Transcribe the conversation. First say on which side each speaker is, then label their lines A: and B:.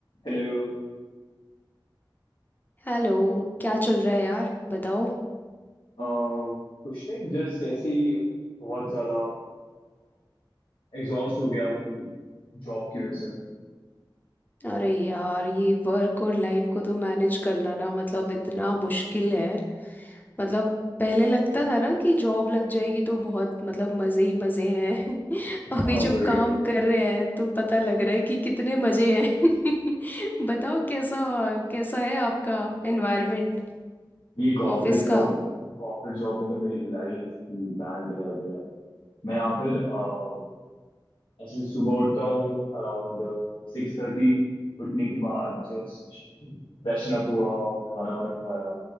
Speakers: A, on the left; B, on the left.
A: Hello
B: Hello क्या चल रहा है यार बताओ
A: Um, कुछ नहीं just ऐसे ही बहुत ज्यादा एग्जॉस्ट हो गया हूँ जॉब की वजह से
B: अरे यार ये वर्क और लाइफ को तो मैनेज करना ना मतलब इतना मुश्किल है मतलब पहले लगता था ना कि जॉब लग जाएगी तो बहुत मतलब मज़े ही मज़े हैं <laughs> अभी
A: हाँ
B: जब
A: भाई
B: काम कर रहे हैं तो पता लग रहा है कि कितने मज़े हैं <laughs> बताओ कैसा कैसा है आपका एनवायरनमेंट
A: ये कॉर्पोरेट
B: ऑफिस
A: जॉब
B: का
A: कॉर्पोरेट जॉब में तो मेरी लाइफ की बैंड बजा दी है मैं यहाँ पर अम, ऐसे सुबह उठता हूँ अराउंड सिक्स थर्टी उठने के बाद जस्ट फ्रेशन अप हुआ खाना वाना खाया